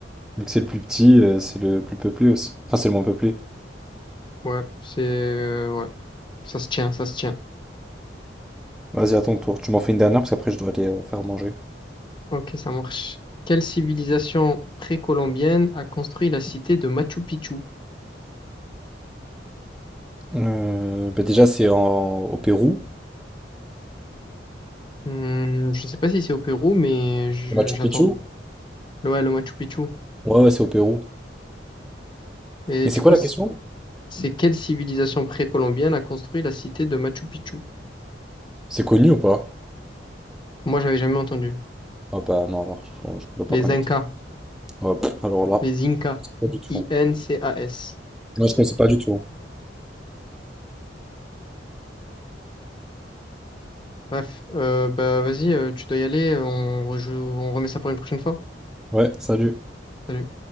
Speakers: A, in the centre; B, on the left.
A: Vu que c'est le plus petit, euh, c'est le plus peuplé aussi. Enfin, c'est le moins peuplé.
B: Ouais, c'est, euh, ouais. Ça se tient, ça se tient.
A: Vas-y, à ton tour. Tu m'en fais une dernière parce qu'après je dois aller euh, faire manger.
B: Ok, ça marche. Quelle civilisation précolombienne a construit la cité de Machu Picchu?
A: Euh, bah déjà, c'est en... au Pérou.
B: Hmm, je sais pas si c'est au Pérou, mais je-
A: Au Machu
B: j'attends.
A: Picchu?
B: Ouais, le Machu Picchu.
A: Ouais, ouais, c'est au Pérou.
B: Et
A: Mais
B: du
A: c'est quoi
B: coup,
A: la
B: c-
A: question?
B: c'est quelle civilisation précolombienne a construit la cité de Machu Picchu?
A: C'est connu ou pas?
B: Moi, j'avais jamais entendu.
A: Ah bah non, alors je, je dois pas
B: Les
A: connaître.
B: Incas.
A: Ouais, pff, alors là,
B: Les Incas.
A: pas du tout.
B: I-N-C-A-S.
A: Non, je connaissais pas du tout.
B: Bref, euh, bah vas-y, euh, tu dois y aller. On rejoue, on remet ça pour une prochaine fois.
A: Ouais, salut.
B: Salut.